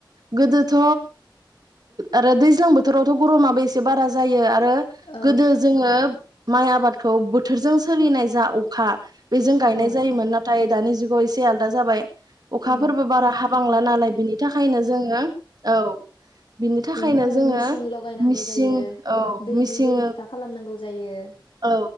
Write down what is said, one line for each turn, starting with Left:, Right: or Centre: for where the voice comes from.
Right: गोदोथ' आरो दैज्लां बोथोरावथ' गरमाबो एसे बारा जायो आरो
Left: औ
Right: गोदो जोङो माइ आबादखौ बथ बोथोरजों सोलिनाय जा अखा बेजों गायनाय
Left: औ
Right: जायोमोन नाथाय दानि जुगाव ज आलदा जाबाय अखाफोरबो
Left: औ
Right: बारा हाबांला
Left: अखा
Right: नालाय बिनि थाखायनो जोङो औ बिनि थाखायनो
Left: बेनि
Right: जोङो
Left: मेचिन लगायनांगौ
Right: मिसिं
Left: जायो
Right: औ
Left: दैनि
Right: मिसिं
Left: बेब'स्था खालामनांगौ जायो
Right: औ